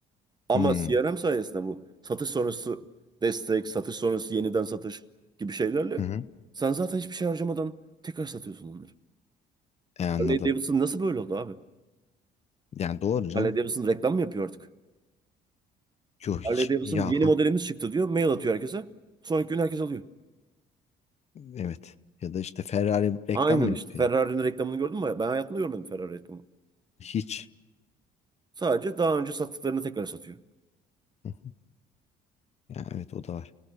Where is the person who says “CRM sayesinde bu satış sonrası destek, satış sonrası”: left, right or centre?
Right